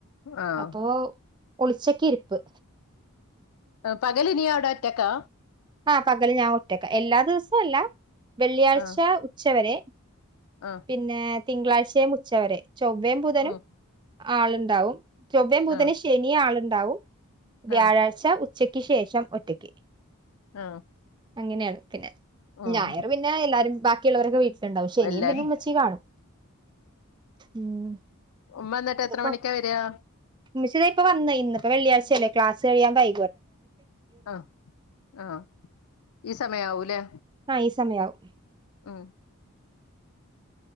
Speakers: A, on the left; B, on the right.
A: ആഹ്
B: അപ്പോ ഒളിച്ചക്ക ഇരിപ്പ്
A: പകലിനിയാ അവിട അറ്റക്കാ
B: ആഹ് പകല് ഞാൻ ഒറ്റക്കാ എല്ലാ ദിവസം അല്ല വെള്ളിയാഴ്ച
A: ആഹ്
B: ഉച്ചവരെ
A: ആഹ്
B: പിന്നേ തിങ്കളാഴ്ചയും ഉച്ചവരെ ചൊവ്വയും ബുധനും
A: ഉം
B: അ ആളുണ്ടാവും ചൊവ്വയും ബുധന്
A: ആഹ്
B: ശനി ആളുണ്ടാവും വ്യാഴാഴ്ച
A: ആഹ്
B: ഉ ഉച്ചയ്ക്ക് ശേഷം ഒറ്റക്ക്
A: ആഹ്
B: അങ്ങനെയാണ് പിന്നെ
A: ഉം
B: ഞായറ് പിന്നെ എല്ലാരും ബാക്കിയൊള്ളവരൊക്കെ വീട്ടില്ണ്ടാവും ശനിയും
A: എല്ലാരും
B: പിന്നെ ഉ ച്ചി കാണും ഉം
A: ഉമ്മാ എന്നിട്ട്
B: ഇതിപ്പോ
A: എത്ര മണിക്കാ വെര്യാ
B: ഉമ്മച്ചി ദേ ഇപ്പം വന്ന് ഇന്ന് ഇപ്പം വെള്ളിയാഴ്ചയല്ലേ ക്ലാസ് കഴിയാൻ വൈ
A: ആഹ് ആഹ് ഈ സമയാവൂല്ലേ
B: ആഹ് ഈ സമയാവും
A: ഉം